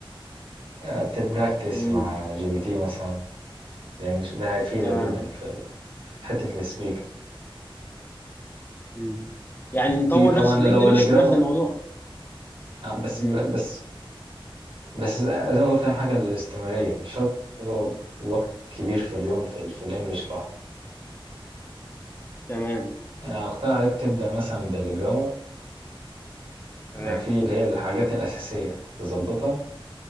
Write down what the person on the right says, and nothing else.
آه، تبراكتس
مع جي بي تي مثلا بالانجلش ده هيفيدك
جدا في ال- في حته السبيك
في طبعا
لو
الجرامر
آه، بس
بس بس زي ما قلت اهم حاجه الاستمراريه مش شرط تقعد وقت كبير في اليوم في ال- في الانجليش لوحده
انا اقترح عليك تبدا مثلا بالجرامر
لو في اللي هي الحاجات الاساسيه تظبطها